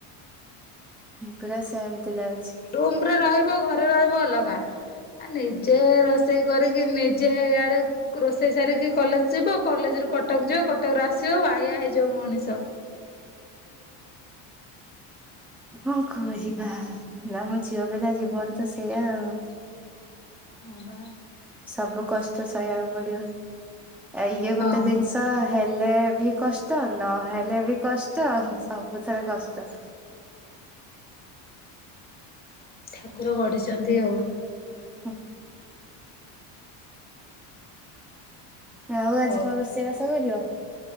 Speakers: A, in the centre; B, on the left (about 20°).
A: ପୁରା ସେମିତି ଲାଗୁଛି।
B: ରୁମ ରେ ରହିବ ଘରେ ରହିବ ଅଲଗା। ଆ ନିଜେ ରୋଷେଇ କରିକି ନିଜେ ଇଆଡେ ରୋଷେଇ ସାରିକି କଲେଜ ଯିବ କଲେଜ ରୁ କଟକ ଯିବ କଟକୁ ଆସିବ ବାଇଆ ହେଇଯିବ ମଣିଷ।
A: କଣ କରିବା ଆମ ଝିଅ ପିଲା ଜୀବନ ତ ସେଇଆ ଆଉ।
B: ହଁ ବା।
A: ସବୁ କଷ୍ଟ ସହିଆକୁ ପଡିବ ଆ ଇଏ ଗୋଟେ
B: ହଁ
A: ଜିନିଷ। ତ ହେଲେ ବି କଷ୍ଟ ନହେଲେ ବି କଷ୍ଟ ସବୁଥେରେ କଷ୍ଟ।
B: ଠାକୁର ଗଢିଛନ୍ତି ଆଉ।
A: ହୁଁ। ଆଉ ଆଜି
B: ହଉ।
A: କଣ ରୋଷେଇବାସ କରିବ?